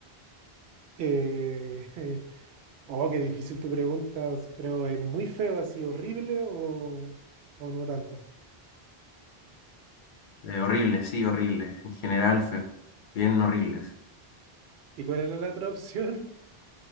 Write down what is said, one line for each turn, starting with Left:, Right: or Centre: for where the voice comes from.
Right: Eh, <laughs> oh, qué difícil tu pregunta, pero ¿es muy feo así, horrible o, o no tanto?
Left: Eh, horrible, sí, horrible. En general, feo. Bien horribles.
Right: ¿Y cuál era la otra opción?